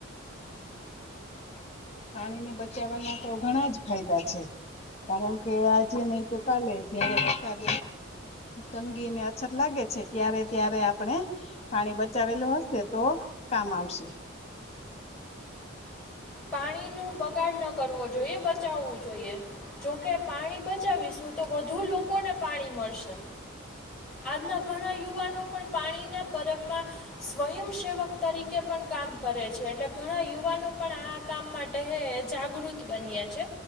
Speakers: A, on the left; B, in the centre.
A: પાણીને બચાવવાના, તો ઘણા જ ફાયદા છે. કારણ કે આજે નહી, તો કાલે જયારે વરસાદ તંગીને અછત લાગે છે, ત્યારે ત્યારે આપણે પાણી બચાવેલું હશે તો કામ, આવશે
B: પાણી નુ બગાડ ન કરવો, જોઈએ બચાવવું જોઈએ. જોકે પાણી બચાવીશું, તો વધુ લોકોને પાણી મળશે આજના, ઘણા યુવાનો પણ પાણીના પરતમાં સ્વયંસેવક તરીકે પણ કામ કરે છે, એટલે ઘણા યુવાનો પણ આ કામ માટે હ જાગૃત બનએ છે,